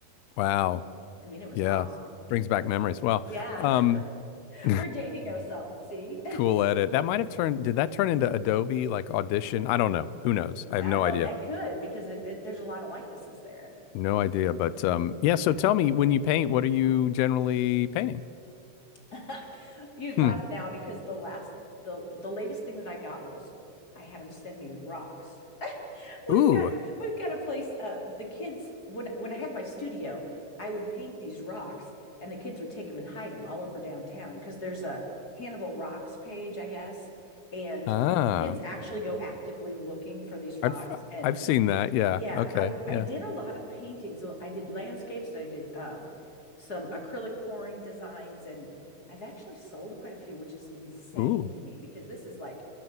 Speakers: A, on the left; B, on the left.
A: Wow.
B: I mean, it was
A: Yeah.
B: Yeah. awesome.
A: Brings back memories. Well,
B: Yeah, I
A: um,
B: know. <laughs>
A: <laughs>
B: We're dating ourselves. See? <laughs>
A: Cool Edit. That might have turned. Did that turn into Adobe like Audition? I don't know. Who knows? I have
B: Ah,
A: no
B: well,
A: idea.
B: that Yeah. could because it, it, there's a lot of likenesses there.
A: No idea. But um, yeah. So tell me, when you paint, what are you generally painting?
B: <laughs> You'd
A: Hmm.
B: laugh now because the last, the the latest thing that I got was I had them send me rocks We've
A: Ooh,
B: got we've got a place uh the kids when when I had my studio, I would paint these rocks and the kids would take them and hide them all over downtown because there's a Hannibal Rocks page, I guess, and
A: Ah,
B: kids actually go actively looking for these rocks
A: I've
B: and
A: I've seen that. Yeah.
B: yeah,
A: Okay.
B: I
A: Yeah.
B: I did a lot of paintings. I did landscapes and I did um some acrylic pouring designs and I've actually sold quite a few, which is insane
A: Ooh.
B: to me because this is like